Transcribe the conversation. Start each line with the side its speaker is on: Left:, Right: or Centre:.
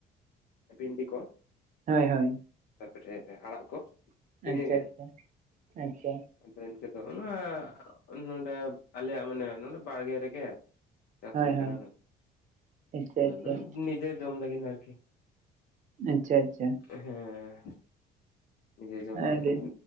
Left: ᱵᱷᱤᱱᱰᱤ ᱠᱚ,
Right: ᱦᱳᱭ ᱦᱳᱭ᱾
Left: ᱛᱟᱯᱚᱨᱮ ᱟᱲᱟᱜ ᱠᱚ, ᱤᱱᱟᱹᱜᱮ
Right: ᱟᱪᱪᱷᱟ ᱟᱪᱪᱷᱟ ᱟᱪᱪᱷᱟ᱾
Left: ᱟᱫᱚ ᱮᱱᱠᱮ ᱫᱚ ᱱᱚᱣᱟ ᱱᱚᱰᱮ ᱟᱞᱮᱭᱟᱜ ᱢᱟᱱᱮ ᱱᱚᱰᱮ ᱵᱟᱲᱜᱮ ᱨᱮᱜᱮ, ᱪᱟᱥ
Right: ᱦᱳᱭ
Left: ᱦᱩᱭ ᱠᱟᱱᱟ
Right: ᱦᱳᱭ ᱟᱪᱪᱷᱟ
Left: ᱚᱱᱟᱫᱚ
Right: ᱟᱪᱪᱷᱟ
Left: ᱱᱤᱡᱮ ᱡᱚᱢ ᱞᱟᱹᱜᱤᱫ ᱟᱨᱠᱤ᱾
Right: ᱟᱪᱪᱷᱟ ᱟᱪᱪᱷᱟ᱾
Left: ᱦᱮᱸ ᱱᱤᱡᱮ ᱡᱚᱢ ᱞᱟᱹᱜᱤᱫ᱾
Right: ᱟᱹᱰᱤ